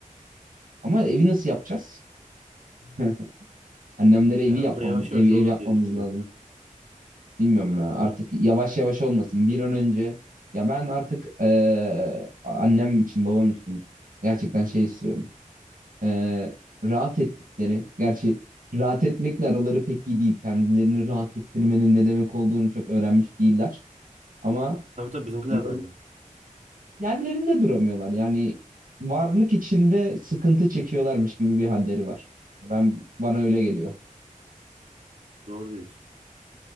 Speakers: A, on the right (about 80°); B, on the right (about 55°).
A: Ama evi nasıl yapacağız? <laughs> Annemlere
B: Yani
A: evi yapmam,
B: o da yavaş yavaş
A: evi
B: olur
A: ev yapmamız
B: diye düşünüyorum.
A: lazım. Bilmiyorum
B: Hı.
A: ya artık yavaş yavaş olmasın. Bir an önce ya ben artık eee, annem için babam için gerçekten şey istiyorum. Eee, rahat ettikleri gerçi rahat etmekle araları pek iyi değil. Kendilerini rahat ettirmenin ne demek olduğunu çok öğrenmiş değiller. Ama
B: Tabii tabii bizimkiler
A: en
B: de aynı.
A: yerlerinde duramıyorlar. Yani varlık içinde sıkıntı çekiyorlarmış gibi bir halleri var. Ben bana öyle geliyor.
B: Doğru diyorsun.